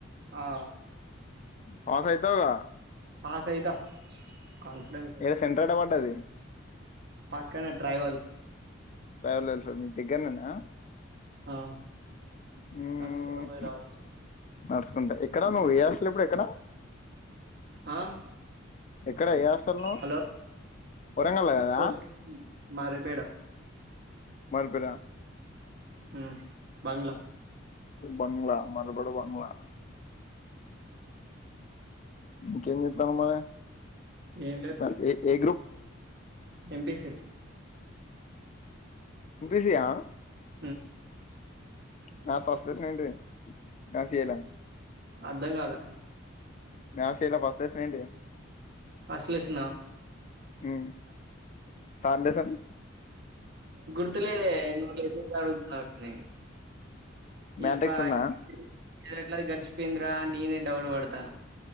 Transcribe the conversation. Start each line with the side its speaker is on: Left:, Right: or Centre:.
Right: ఆ
Left: పాస్ అయితవుగా
Right: పాస్ అయిత కాన్ఫిడెన్స్ వ
Left: ఈడ సెంటర్ ఏడ పడ్డది
Right: పక్కనే ట్రెవల్
Left: ట్రావెలర్స్ మీకు దగ్గరనేనా
Right: ఆ
Left: ఉమ్
Right: నడుచుకుంటూ పోయి రావచ్చు
Left: నడుచుకుంటా ఎక్కడ నువ్వు ఏ ఇప్పుడు ఎక్కడా
Right: ఆ
Left: ఇక్కడ ఏ హాస్టల్ నువ్వు
Right: హలో
Left: వరంగల్లో కదా
Right: సోషల్ మారిపేడ
Left: మార్పూ ఇరా
Right: ఆమ్ బంగ్లా
Left: బంగ్లా మరబడు బంగ్లా ఇంకేం చెత్తాన్నావ్ మరి
Right: ఏం లేవు
Left: స- ఏ ఏ
Right: ఎంపిసి
Left: ఎంపిసి ఆ
Right: ఉమ్
Left: మ్యాథ్స్ ఫస్ట్ క్యూస్షన్ ఏంటి అ ఆ చేయలా
Right: అర్ధం కాలా
Left: మ్యాథ్స్ ఏ లా ఫస్ట్ క్యూస్షన్ ఏంటి
Right: ఆసిలియేషన్ ఆ
Left: ఉమ్ కాన్డెషన్
Right: గుర్తులేదే నువ్వు గుచ్చి గుచ్చి అడుగుతున్నావు అని ఇన్
Left: మ్యాట్రిక్స్
Right: ఫాక్ట్
Left: ఉందా
Right: ఎట్లా గడిచిపోయింద్రా నేనే డౌట్ పడతానా